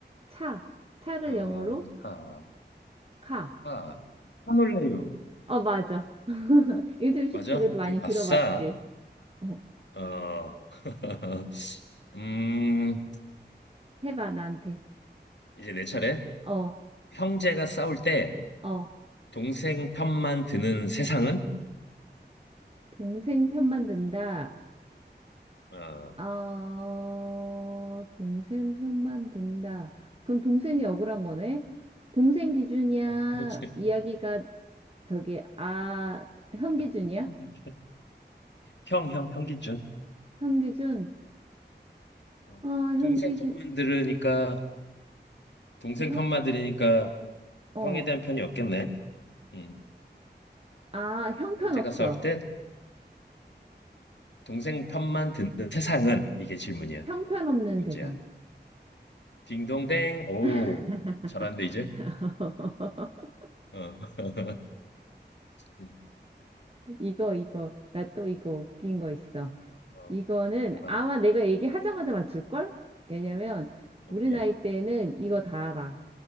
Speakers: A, on the right (about 30°); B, on the left (about 75°).
A: 차. 차를
B: 어,
A: 영어로
B: 하,
A: 카.
B: 하, 하놀래요
A: 어, 맞아. <laughs> 요즘
B: 맞아?
A: 쉽지 그래도 많이
B: 아싸.
A: 들어봤지. 어,
B: 어, <laughs> 음,
A: 해봐 나한테.
B: 이제 내 차례.
A: 어,
B: 형제가 싸울 때
A: 어.
B: 동생 편만 드는 세상은?
A: 동생 편만 든다.
B: 어,
A: 어, 동생 편만 든다. 그럼 동생이 억울한 거네? 동생 기준이야?
B: 그렇지
A: 이야기가 저기 아 형 기준이야?
B: <laughs> 형, 형, 형기준.
A: 형 기준?
B: 어,
A: 어,
B: 동생
A: 형 기준
B: 편만 들으니까, 동생
A: 형,
B: 편만 들으니까
A: 어,
B: 형에 대한 편이 없겠네. 음,
A: 아 형편없어.
B: 형제가 싸울 때 동생 편만 드는 세상은? 이게 질문이야.
A: 형편없는
B: 문제야.
A: 세상.
B: 딩동댕. 오,
A: <laughs>
B: 잘한데, 이제? 어. <laughs> 음,
A: 이거, 이거. 나 또 이거 웃긴 거 있어.
B: 어.
A: 이거는
B: 해반.
A: 아마 내가 얘기하자마자 맞출걸? 왜냐면
B: 오케이.
A: 우리 나이 때는 이거 다 알아.